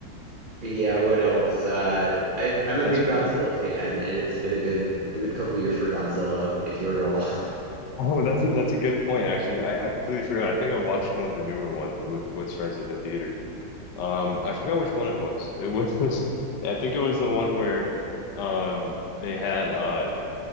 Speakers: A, on the right; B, on the left.
A: but yeah, what else? Uh, I've, I'm a
B: That's
A: big
B: cool.
A: Godzilla fan, and it's been a good good couple years for Godzilla, if you're at all. <laughs>
B: Oh, that's a, that's a good point, actually. I, I completely forgot. I think I watched one of the newer ones with, with friends at the theater. Um, I forgot which one it was. It was <laughs> this, I think it was the one where um they had uh